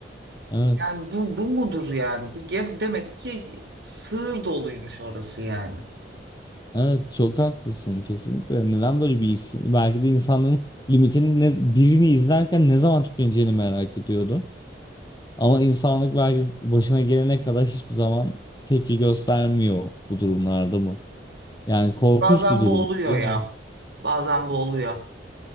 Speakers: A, on the left; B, on the right.
A: Evet.
B: Yani bu, bu mudur yani? Bu gem- demek ki sığır doluymuş orası yani.
A: Evet çok haklısın kesinlikle. Neden böyle bir isim? Belki de insanın limitini ne, birini izlerken ne zaman tükeneceğini merak ediyordu. Ama insanlık belki başına gelene kadar hiçbir zaman tepki göstermiyor bu durumlarda mı? Yani korkunç
B: Bazen
A: bir durum
B: bu oluyor
A: değil
B: ya.
A: mi?
B: Bazen bu oluyor.